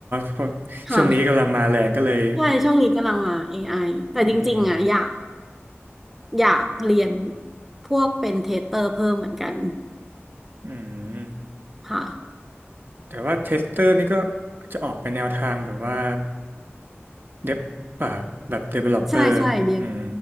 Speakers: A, on the right; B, in the centre.
A: เพราะช่วงนี้กำลังมาแรงก็เลย
B: ค่ะ ใช่ช่วงนี้กำลังมา AI แต่จริงๆอ่ะอยาก
A: อืม
B: อยากเรียนพวกเป็นเทสเตอร์เพิ่มเหมือนกัน
A: อืม
B: ค่ะ
A: แต่ว่าเทสเตอร์นี่ก็จะออกไปแนวทางแบบว่าเดบแบบแบบ developer
B: ใช่ใช่เรียน
A: อืม